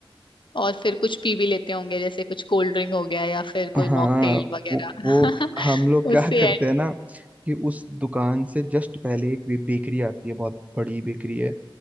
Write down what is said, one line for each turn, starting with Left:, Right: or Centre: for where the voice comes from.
Left: और फिर कुछ पी भी लेते होंगे जैसे कुछ कोल्ड ड्रिंक हो गया या फिर कोई
Right: हाँ
Left: मॉकटेल वगैरह
Right: वो वो
Left: <laughs>
Right: हम लोग क्या
Left: उससे
Right: करते
Left: है
Right: हैं ना कि उस दुकान से जस्ट पहले एक बे- बेकरी आती है बहुत बड़ी बेकरी है